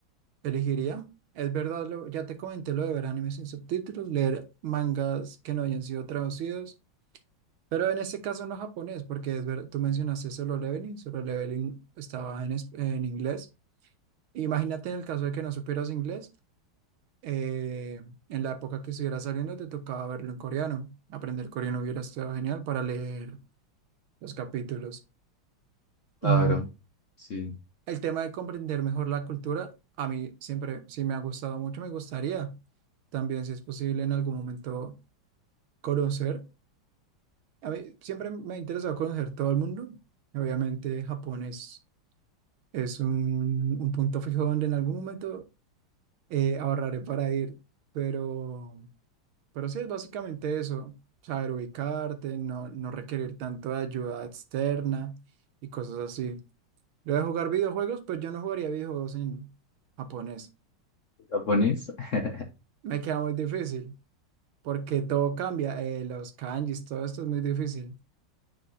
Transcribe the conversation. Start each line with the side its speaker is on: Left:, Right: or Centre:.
Right: elegiría. Es verdad, lo, ya te comenté lo de ver animes sin subtítulos, leer mangas que no hayan sido traducidos, pero en este caso no japonés, porque es ver, tú mencionaste Solo Leveling, Solo Leveling estaba en, es- en inglés. Imagínate en el caso de que no supieras inglés, eh, en la época que estuviera saliendo te tocaba verlo en coreano. Aprender coreano hubiera estado genial para leer los capítulos.
Left: claro,
Right: Mm.
Left: sí,
Right: El tema de comprender mejor la cultura, a mí siempre sí me ha gustado mucho, me gustaría también, si es posible, en algún momento conocer. A mí siempre me ha interesado conocer todo el mundo. Obviamente, Japón es, es un, un punto fijo donde en algún momento eh, ahorraré para ir, pero, pero sí es básicamente eso, saber ubicarte, no, no requerir tanto de ayuda externa y cosas así. Yo de jugar videojuegos, pues yo no jugaría videojuegos en japonés.
Left: japonés. <laughs>
Right: Me queda muy difícil, porque todo cambia. eh, los kanjis, todo esto es muy difícil.